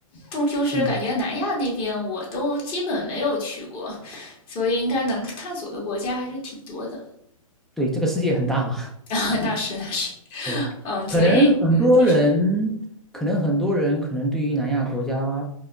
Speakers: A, on the left; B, in the centre.
A: 终究是感觉南亚那边我都基本没有去过，
B: 嗯，
A: 所以应该能探索的国家还是挺多的。
B: 对，这个世界很大嘛。
A: <laughs> 那是那是，
B: 对，
A: 嗯，所以嗯，
B: 可能很多人，
A: 你说，
B: 可能很多人，可能对于南亚国家